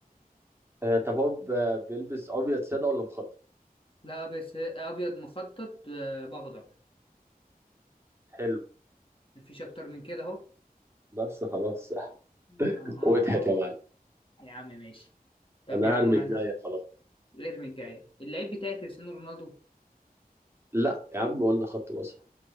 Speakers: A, on the right; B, on the left.
A: آه، طب هو ب- بيلبس ابيض ساده ولا مخطط
B: لا بس ابيض مخطط آه، باخضر
A: حلو
B: مفيش اكتر من كده اهو
A: بس خلاص
B: اه
A: <laughs>
B: آه.
A: واضحك يا معلم
B: يا عم ماشي طب
A: انا
B: يا عم
A: هرمي الجايه
B: انا
A: خلاص
B: الارمي الجايه اللعيب بتاعي كريستيانو رونالدو
A: لا يا عم قلنا خط وسط